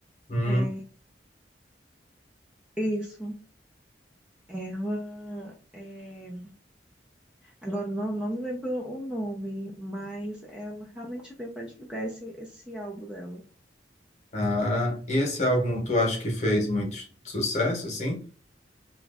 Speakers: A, on the left; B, in the centre.
A: Hum.
B: É, isso. Ela. é, agora não, não me lembro o nome, mas ela realmente veio para divulgar esse, esse álbum dela.
A: Ah, e esse álbum tu acha que fez muito sucesso, assim